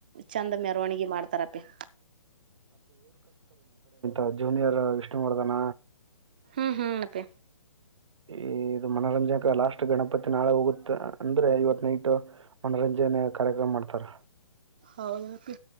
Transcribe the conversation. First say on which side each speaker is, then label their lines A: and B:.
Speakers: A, on the right; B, on the right.
A: ಚಂದ ಮೆರವಣಿಗೆ ಮಾಡ್ತಾರಪ
B: ಅ ಜೂನಿಯರ್ ಇಷ್ಟ ಮಾಡ್ದಾನ
A: ಹ್ಮ್ ಹ್ಮ್ ಅತ್ತೆ
B: ಈ ಇದು ಮನೋರಂಜನೆ ಲಾಸ್ಟ್ ಗಣಪತಿ ನಾಳೆ ಹೋಗುತ್ತ ಅಂದ್ರೆ ಐವತ್ ನೈಟ್ ಮನೋರಂಜನೆೆಯ ಕಾರ್ಯಕ್ರಮ ಮಾಡ್ತಾರೆ
A: ಹೌದ